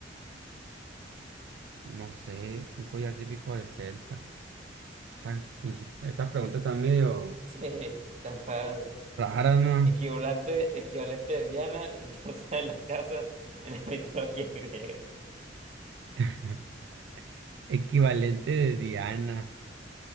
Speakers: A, on the right; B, on the right.
A: No sé, un collar típico de Celta. Esta, estas preguntas están medio
B: Sí, tan raro.
A: raras, ¿no?
B: Equivalente, equivalente de Diana, <laughs> diosa de la casa en la <laughs> mitología griega.
A: <laughs> Equivalente de Diana.